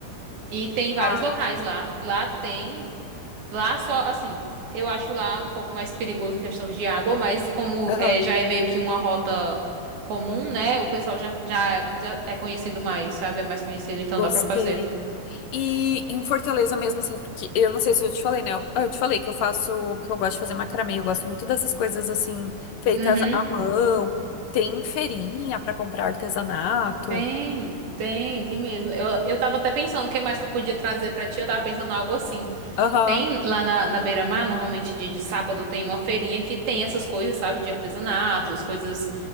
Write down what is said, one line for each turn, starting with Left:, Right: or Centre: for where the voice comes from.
Right: e tem vários
Left: Tá.
Right: locais lá. Lá tem Lá só, assim, eu acho lá um pouco mais perigoso em questão de água, mas como
Left: Aham.
Right: é, já é meio que uma rota comum, né? O pessoal já, já, já é conhecido mais, sabe? É mais conhecido, então
Left: Gostei.
Right: dá pra fazer.
Left: E em Fortaleza mesmo assim, que eu não sei se eu te falei, né? Eu, eu te falei que eu faço, que eu gosto de fazer macramê, eu gosto muito dessas coisas assim feitas
Right: Uhum.
Left: à mão. Tem feirinha pra comprar artesanato.
Right: Tem, tem, tem mesmo. Eu, eu tava até pensando o que mais que eu podia trazer pra ti. Eu tava pensando em algo assim.
Left: Aham.
Right: Tem lá na, na beira-mar, normalmente dia de sábado, tem uma feirinha que tem essas coisas, sabe? De artesanatos, coisas